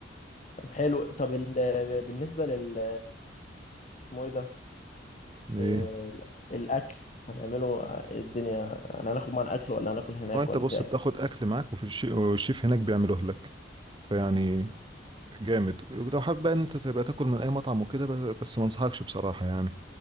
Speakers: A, on the left; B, on the right.
A: طب حلو طب ال... بالنسبه لل اسمه ايه ده
B: ايه
A: آه، الاكل هنعمله إيه الدنيا يعني هناخد معانا اكل ولا هناكل هناك
B: ما انت
A: ولا
B: بص
A: في اكل
B: بتاخد اكل معاك وفي الشي... والشيف هناك بيعمله لك فيعني جامد ولو حابب بقى إن انت تبقى تاكل من اي مطعم وكده ب- بس ما انصحكش بصراحه يعني